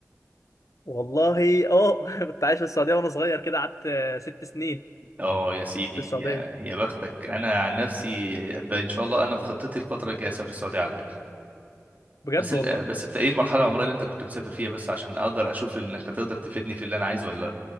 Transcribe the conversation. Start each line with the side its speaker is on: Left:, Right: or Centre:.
Left: والله اه <laughs> كنت عايش في السعوديه وانا صغير كده قعدت آه، ست سنين
Right: اه يا سيدي
Left: في السعوديه
Right: يا يا بختك انا عن نفسي ب- ان شاء الله انا في خطتي الفترة الجاية اسافر السعودية على فكرة
Left: بجد
Right: بس انت
Left: والله
Right: بس انت ايه المرحلة العمرية اللي انت كنت مسافر فيها بس عشان اقدر اشوف انك هتقدر تفيدني في اللي انا عايزه ولا